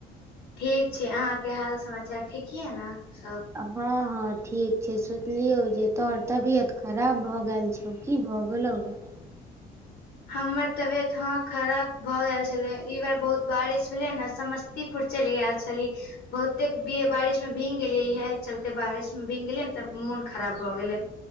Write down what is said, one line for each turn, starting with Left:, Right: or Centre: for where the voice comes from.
Left: ठीक छै, अहाँके हाल समाचार ठीक यए न, सब
Right: हँ - हँ ठीक छै, सोचलियौ जे तोहर तबियत खराब भए गेल छो। की भऽ गेल गेलो,
Left: हमर तबियत ह खराब भए गेल छले, ई बार बहुत बारिश भेले ने समस क्तीपुर चइल ऐल छलियै बहुतेक बारिश में भींग गेलेैए ई हे चलते। ते बारिश मे भीग गेले ने तऽ मन खराब भऽ गेले,